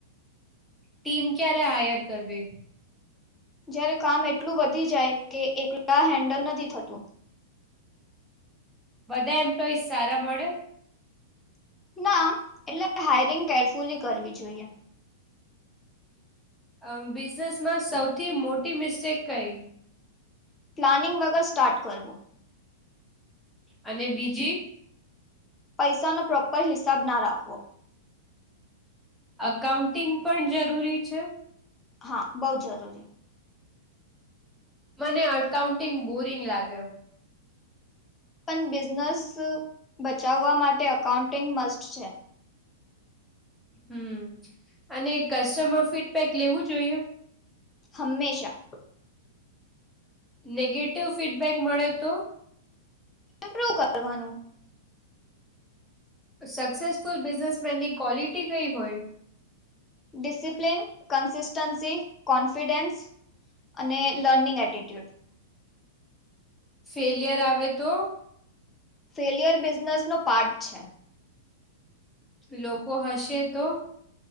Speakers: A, in the centre; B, on the left.
A: ટીમ ક્યારે હાયર કરવી?
B: જ્યારે કામ એટલું વધી જાય કે એકલા હેન્ડલ નથી થતું.
A: બધા એમ કઈ સારા મળે.
B: ના, એટલે હાયરિંગ કેરફુલી કરવી જોઈએ.
A: અમ, બિઝનેસમાં સૌથી મોટી મિસ્ટેક કઈ?
B: પ્લાનિંગ વગર સ્ટાર્ટ કરવું.
A: અને બીજી?
B: પૈસાનો પ્રોપર હિસાબ ના રાખવો.
A: અકાઉન્ટિંગ પણ જરૂરી છે?
B: હા, બઉ જરૂરી.
A: મને અકાઉન્ટિંગ બોરિંગ લાગે.
B: પણ બિઝનેસ બચાવવા માટે અકાઉન્ટિંગ મસ્ટ છે.
A: હમ્મ, અને કસ્ટમર ફીડબેક લેવું જોઈએ?
B: હંમેશા.
A: નેગેટિવ ફીડબેક મળે તો?
B: પૂરું કરવાનું.
A: સક્સેસફુલ બિઝનેસમેનની ક્વોલિટી કઈ હોય?
B: ડિસિપ્લીન, કન્સિસ્ટન્સી, કોન્ફિડેન્સ અને લર્નિંગ એટીટ્યુડ.
A: ફેલિયર આવે તો?
B: ફેલિયર બિઝનેસનો પાર્ટ છે.
A: લોકો હસે તો?